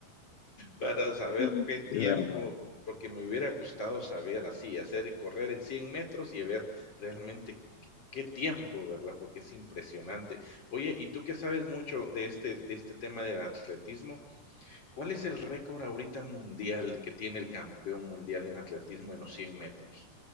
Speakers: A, on the left; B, on the left.
A: Para saber
B: <laughs>
A: qué tiempo,
B: De verdad.
A: porque me hubiera gustado saber así, hacer correr en 100 metros y ver realmente qué qué tiempo, ¿verdad? Porque es impresionante. Oye, y tú que sabes mucho de este, de este tema del atletismo, ¿cuál es el récord ahorita mundial que tiene el campeón mundial en atletismo en los cien metros?